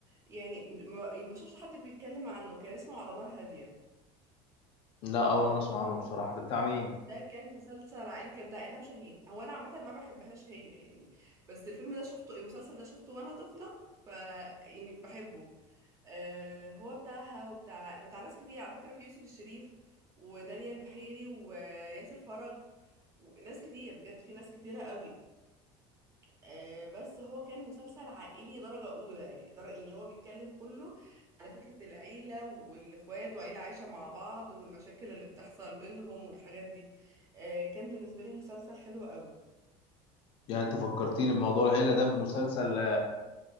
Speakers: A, on the right; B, on the left.
A: يعني ما يعني ما بشوفش حد بيتكلم عنه كان اسمه على نار هادية
B: لا اول مرة اسمع عنه بصراحة ده بتاع مين
A: ده كان مسلسل عائلي كان بتاع إلهام شاهين هو انا عامة ما بحبهاش هي يعني بس الفيلم ده شفته المسلسل ده شفته وانا طفلة ف يعني بحبه آه هو بتاعها وبتاع بتاع ناس كتير على فكرة في يوسف الشريف وداليا البحيري وياسر فرج وناس كتير بجد في ناس كتيرة قوي آه، بس هو كان مسلسل عائلي درجة أولى يعني در- يعني هو بيتكلم كله على فكرة العيلة والإخوات وعيلة عايشة مع بعض والمشاكل اللي بتحصل بينهم والحاجات دي آه، كان بالنسبة لي مسلسل حلو قوي
B: يعني انت فكرتيني بموضوع العيلة ده بمسلسل